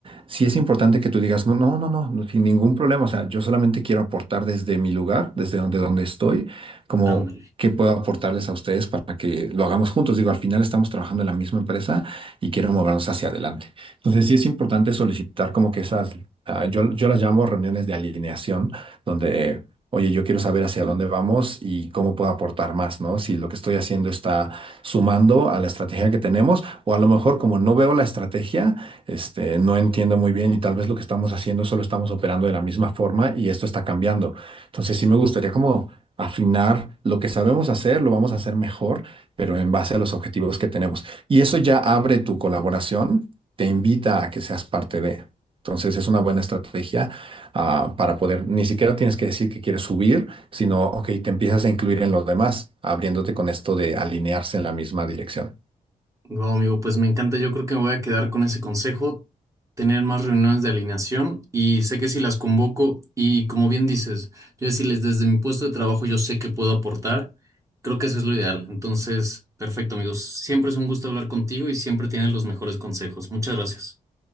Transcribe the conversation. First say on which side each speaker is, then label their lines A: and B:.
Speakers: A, on the right; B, on the right.
A: Sí es importante que tú digas, no, no, no, no, no, sin ningún problema. O sea, yo solamente quiero aportar desde mi lugar, desde donde, donde estoy, como
B: Ándale.
A: qué puedo aportarles a ustedes para que lo hagamos juntos. Digo, al final estamos trabajando en la misma empresa y quiero movernos hacia adelante. Entonces sí es importante solicitar como que esas, ah, yo, yo las llamo reuniones de alineación, donde oye, yo quiero saber hacia dónde vamos y cómo puedo aportar más, ¿no? Si lo que estoy haciendo está sumando a la estrategia que tenemos, o a lo mejor como no veo la estrategia, este, no entiendo muy bien y tal vez lo que estamos haciendo solo estamos operando de la misma forma y esto está cambiando. Entonces sí me gustaría como afinar lo que sabemos hacer, lo vamos a hacer mejor, pero en base a los objetivos que tenemos. Y eso ya abre tu colaboración, te invita a que seas parte de. Entonces es una buena estrategia ah, para poder, ni siquiera tienes que decir que quieres subir, sino, ok, te empiezas a incluir en los demás, abriéndote con esto de alinearse en la misma dirección.
B: Wow, amigo, pues me encanta. Yo creo que me voy a quedar con ese consejo, tener más reuniones de alineación y sé que si las convoco y como bien dices, yo decirles desde mi puesto de trabajo yo sé que puedo aportar, creo que eso es lo ideal. Entonces, perfecto, amigos. Siempre es un gusto hablar contigo y siempre tienes los mejores consejos. Muchas gracias.